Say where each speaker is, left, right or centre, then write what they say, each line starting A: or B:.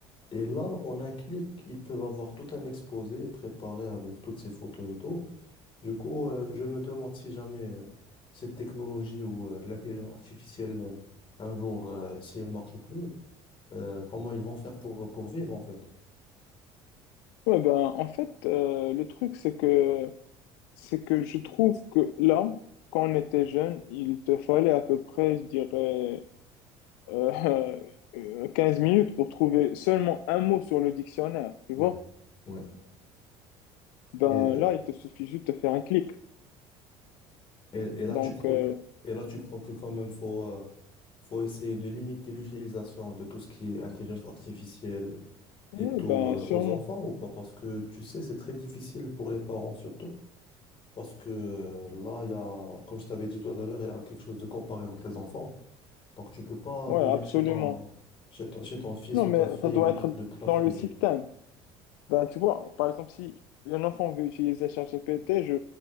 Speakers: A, on the left; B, on the left.
A: Et là, en un clic, ils peuvent avoir tout un exposé préparé avec toutes ces photos et tout. Du coup, euh, je me demande si jamais euh, cette technologie ou euh, l'intelligence artificielle, euh, un jour, euh, si elle marche plus, euh, comment ils vont faire pour, euh, pour vivre en fait.
B: Ouais, ben, en fait, euh, le truc, c'est que, c'est que je trouve que là, quand on était jeune, il te fallait à peu près, je dirais, euh, <laughs> euh, 15 minutes pour trouver seulement un mot sur le dictionnaire, tu
A: Ouais,
B: vois?
A: ouais.
B: Ben
A: Et, euh,
B: là, il te suffit juste de faire un clic.
A: et, et là,
B: Donc,
A: tu crois,
B: euh,
A: et là, tu crois que quand même, faut, euh, faut essayer de limiter l'utilisation de tout ce qui est intelligence artificielle,
B: oui,
A: et tôt
B: ben
A: euh,
B: sûrement.
A: aux enfants ou pas? Parce que tu sais, c'est très difficile pour les parents surtout. Parce que euh, là, il y a, comme je t'avais dit tout à l'heure, il y a quelque chose de comparé entre les enfants. Donc, tu peux pas
B: Ouais,
A: venir
B: absolument.
A: chez ton, chez ton, chez ton fils
B: Non,
A: ou
B: mais
A: ta fille
B: ça
A: et
B: doit
A: lui,
B: être
A: le plat
B: dans
A: privé.
B: le système. Ben, tu vois, par exemple, si un enfant veut utiliser ChatGPT, je,